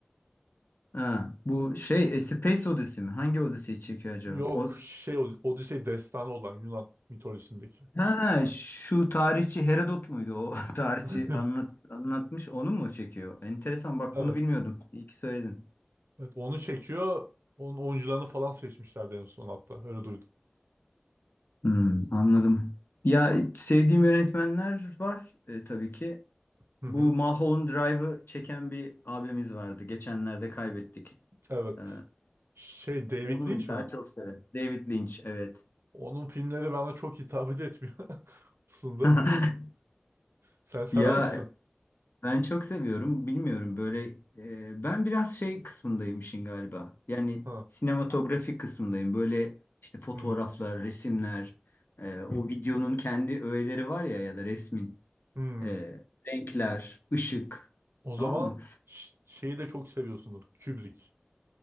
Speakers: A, on the left; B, on the right.
A: Ha, bu şey E Space Odyssey mi? Hangi Odyssey'i çekiyor acaba?
B: Yok
A: O,
B: şey Odyssey destanı olan Yunan mitolojisindeki.
A: Ha, şu tarihçi Herodot muydu? O <laughs> tarihçi
B: <laughs>
A: anlat, anlatmış onu mu çekiyor? Enteresan bak
B: Evet.
A: bunu bilmiyordum. İyi ki söyledin.
B: Evet onu çekiyor. Onun oyuncularını falan seçmişlerdi en son hatta. Öyle duydum.
A: Hmm, anladım. Ya sevdiğim yönetmenler var e, tabii ki.
B: Hı hı.
A: Bu Mulholland Drive'ı çeken bir abimiz vardı. Geçenlerde kaybettik.
B: Evet.
A: Ee,
B: Şey David
A: onu
B: Lynch
A: mesela
B: mi?
A: çok severim. David Lynch evet.
B: Onun filmleri bana çok hitap etmiyor <laughs> aslında.
A: <laughs>
B: Sen sever
A: Ya
B: misin?
A: Ben çok seviyorum. Bilmiyorum böyle e, ben biraz şey kısmındayım işin galiba. Yani
B: Ha.
A: sinematografi kısmındayım. Böyle işte fotoğraflar,
B: Hı.
A: resimler, e, o videonun kendi öğeleri var ya ya da resmin
B: Hı.
A: e, renkler, ışık.
B: O
A: Tamam
B: zaman
A: mı?
B: ş- şeyi de çok seviyorsundur. Kubrick.